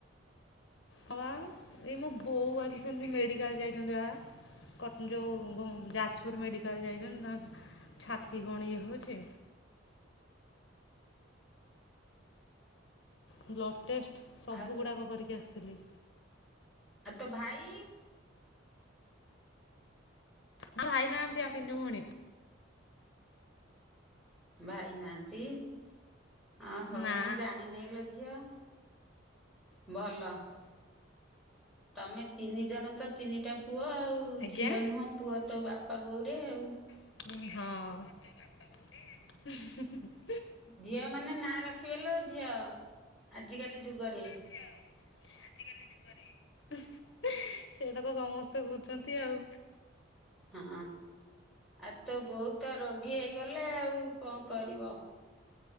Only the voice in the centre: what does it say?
ଆଉ
ଆଉ ତୋ ଭାଇ
ଭାଇ ନାହାନ୍ତି ଓହୋ
ମୁଁ ଜାଣିନି ଲୋ ଝିଅ ଭଲ ତମେ ତିନି ଜଣ ତ ତିନିଟା ପୁଅ ଆଉ ତୁ
ଝିଅ ନୁହଁ ପୁଅ ତୋ ବାପା ବୋଉରେ ଆଉ
ଝିଅ ମାନେ ନାଁ ରଖିବଲେ ଝିଅ ଆଜିକାଲି ଯୁଗରେ
ହଁ ଆଉ ତୋ ବୋଉ ତ ରୋଗୀ ହେଇଗଲେ ଆଉ କଣ କରିବ